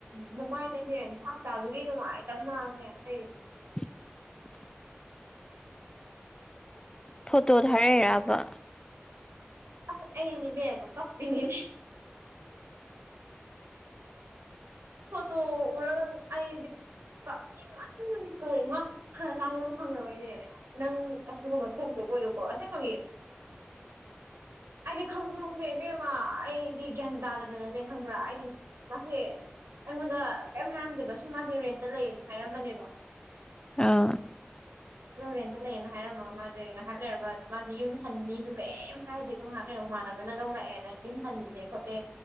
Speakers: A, on the right (about 80°); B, on the left (about 20°).
A: ꯎ ꯃꯃꯥꯏꯗꯅꯦ ꯊꯥꯛ ꯆꯥꯕꯒꯤ ꯅꯨꯡꯉꯥꯏ ꯇꯞꯅꯅꯦ ꯑꯩ
B: <unintelligible> ꯐꯣꯇꯣ ꯊꯔꯦꯔꯕ
A: ꯑꯁ ꯑꯅꯤ ꯒ ꯀꯞꯄꯤꯅꯤ ꯍ ꯇꯣ ꯎꯔꯒ ꯑ ꯀꯛ ꯉꯥꯛ ꯇꯧꯔꯦ ꯉꯥꯛ ꯈ꯭ꯔ ꯉꯥꯡꯅꯝ ꯐꯪꯅꯕꯩꯅꯦ ꯅꯪ ꯑꯁꯤꯒꯨꯝꯕ ꯊꯣꯛꯇꯕ ꯑꯣꯏꯌꯨꯀꯣ ꯑꯁꯦꯡꯕꯒꯤ ꯍꯥꯏꯗꯤ ꯈꯪꯁꯨ ꯈꯪꯗꯦ ꯏꯕꯦꯝꯃ ꯑꯩꯗꯤ ꯒ꯭ꯌꯥꯟ ꯇꯥꯗꯗꯅꯅꯦ ꯈꯪꯕ꯭ꯔꯥ ꯑꯩ ꯃꯥꯁꯦ ꯑꯩꯉꯣꯟꯗ ꯀꯔꯤꯝ ꯍꯥꯏꯔꯝꯗꯦꯕ ꯁꯨꯝ ꯃꯥꯗꯦ ꯔꯦꯟꯇ ꯂꯩꯌꯦ ꯍꯥꯏꯔꯝꯕꯅꯦꯕ
B: ꯑꯥ
A: ꯑꯗꯣ ꯔꯦꯟꯇ ꯂꯩꯌꯦꯅ ꯍꯥꯏꯔꯝꯃꯒ ꯃꯥꯁꯦ ꯉꯥꯏꯍꯥꯛ ꯂꯩꯔꯒ ꯃꯥꯁꯦ ꯌꯨꯝ ꯍꯟꯅꯤ ꯁ ꯀꯦꯝ ꯍꯥꯏꯗꯤꯦ ꯑꯗꯨꯝ ꯍꯥꯏꯥꯛ ꯂꯩꯔꯝ ꯃꯥꯟꯅꯕ ꯅ ꯂꯧꯔꯛꯑꯦꯅ ꯌꯨꯝ ꯍꯜꯂꯦ ꯈꯣꯠꯂꯦ